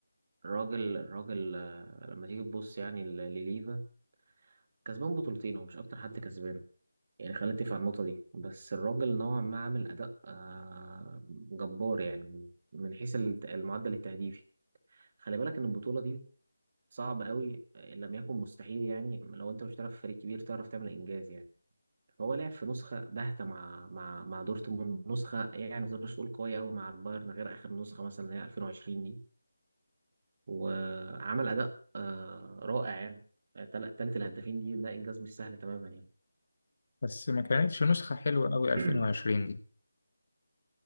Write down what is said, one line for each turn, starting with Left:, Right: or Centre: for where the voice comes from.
Right: الراجل الراجل آه، لما تيجي تبص يعني ل- لليفا كسبان بطولتين هو مش أكتر حد كسبان يعني خلينا نتفق على النقطة دي بس الراجل نوعا ما عامل أداء آه، جبار يعني من حيث الت- المعدل التهديفي خلي بالك إن البطولة دي صعب أوي آه، إن لم يكن مستحيل يعني لو أنت مش بتلعب في فريق كبير تعرف تعمل إنجاز يعني هو لعب في نسخة باهتة مع مع مع دورتموند نسخة يعني ما تقدرش تقول قوية أوي مع البايرن غير آخر نسخة مثلا اللي هي 2020 دي وعمل أداء آه، رائع يعني تل- تالت الهدافين دي ده إنجاز مش سهل تماما يعني
Left: بس ما كانتش نسخة حلوة أوي 2020
Right: <clears throat>
Left: دي